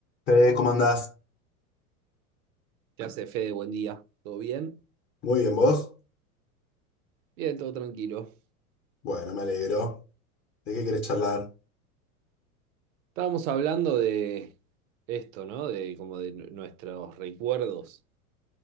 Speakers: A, on the left; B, on the right.
A: Eh, ¿cómo andás?
B: ¿Qué hace Fede? Buen día. ¿Todo bien?
A: Muy bien, ¿vos?
B: Bien, todo tranquilo.
A: Bueno, me alegro. ¿De qué querés charlar?
B: Estábamos hablando de esto, ¿no? De como de nu- nuestros recuerdos